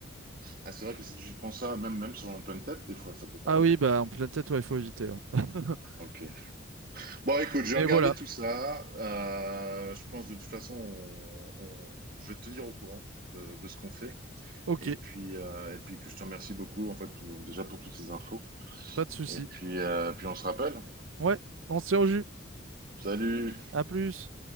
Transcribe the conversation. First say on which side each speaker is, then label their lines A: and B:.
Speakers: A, on the right; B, on the right.
A: Ah, c'est vrai que si tu prends ça, même, même sur en pleine tête, des fois, ça peut t'arriver,
B: Ah oui, bah,
A: quoi.
B: en pleine tête, ouais, il faut éviter. ouais. <laughs>
A: Ok. Bon, écoute, je
B: Mais
A: vais regarder
B: voilà,
A: tout ça. Euh, je pense de toute façon, on- on- je vais te tenir au courant de, de ce qu'on fait.
B: ok,
A: Et puis, euh, et puis que je te remercie beaucoup, en fait, tout- déjà pour toutes ces infos.
B: pas de souci.
A: Et puis, euh, puis on se rappelle.
B: Ouais, on se tient au jus.
A: Salut!
B: À plus.